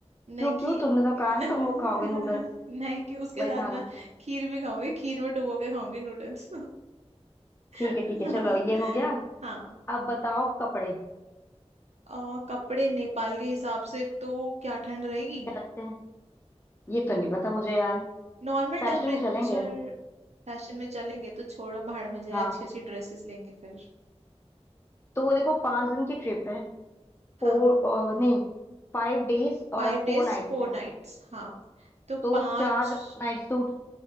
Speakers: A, on the right; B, on the left.
A: नहीं
B: क्यों क्यों
A: खी
B: तुमने तो
A: <laughs>
B: कहा ना तुम वो खाओगे
A: नहीं
B: नूडल्स
A: कि उसके
B: वही
A: साथ
B: खाना
A: मैं खीर भी खाऊंगी खीर में डुबो के खाऊंगी नूडल्स <laughs>
B: ठीक है ठीक है चलो ये हो गया
A: हाँ
B: अब बताओ कपड़े
A: और कपड़े नेपाल के हिसाब से तो क्या ठंड रहेगी
B: क्या रखते हैं ये तो नहीं पता मुझे यार
A: Normal
B: फैशन
A: temperature
B: में चलेंगे
A: फैशन में चलेंगे तो छोड़ो भाड़ में जाए
B: हाँ
A: अच्छी अच्छी ड्रेसेस लेंगे फिर
B: तो वो देखो पांच दिन की ट्रिप है
A: हाँ
B: फोर नहीं फाइव डेज और
A: फाइव डेज
B: फोर नाइट्स
A: फोर
B: हैं
A: नाइट्स हाँ तो
B: तो
A: पांच
B: चार नाइट सूट